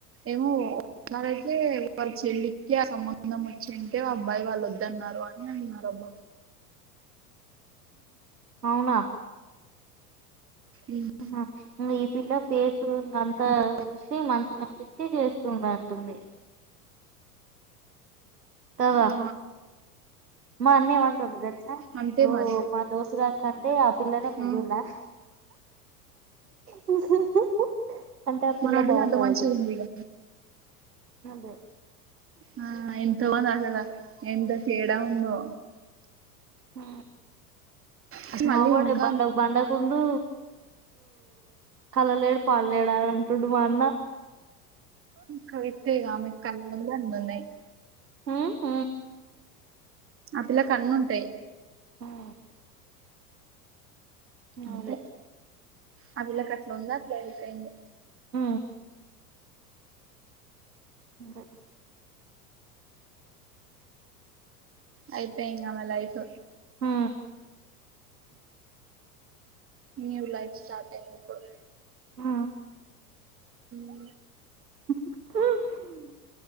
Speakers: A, on the right (about 25°); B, on the right (about 80°).
A: ఏమో ఎరైతే వల్లా చెల్వి కి అకి ఆ సంబంధం వచ్చింటే అబ్బాయి వాళ్ళు వద్దన్నారు అని అంటున్నారు అబ్బా
B: అవునా
A: ఉమ్,
B: ఇ ఈ పిల్ల పేస్ అంతా
A: ఇంకా
B: చూసి మంచిగా కనిపించి చేస్తుంటను తమ్ కదా
A: ఆ,
B: మా అన్న ఏమంటుండు తెలుసా
A: అంతే
B: ఓ
A: మరి
B: మా దోస్త్ గాని కంటే ఆ పిల్లనే ముద్దుగున్నది
A: ఆ,
B: <unintelligible> అంటే ఆ పిల్ల
A: మరి అవి
B: బాగుంటది
A: అంత మంచిగా
B: అని చెప్పిన
A: ఉంది ఇక
B: అదే
A: ఆ ఎంతో మంది ఆసలు ఎంత తేడా ఉందో
B: హ
A: అసలు
B: మావొడే
A: మళ్ళీ ఇంకా
B: బండక బండకుండు కల లేడు పాడు లేడా అని అంటుండు మా అన్న
A: కవిస్తే గా ఆమె అందంగా వుం <unintelligible>
B: మ్ హ
A: ఆ పిల్లకు అన్నుంటాయి
B: ఉ
A: అంతే
B: అదే
A: ఆ వీళ్లకి అట్లా ఉందా ఇట్లా అయిపోయింది
B: హ <unintelligible>
A: అయిపోయింద ఆమె లైఫ్
B: హ
A: న్యూ లైఫ్ స్టార్ట్ అయిందిప్పుడు
B: ఆ
A: ఉ
B: <unintelligible>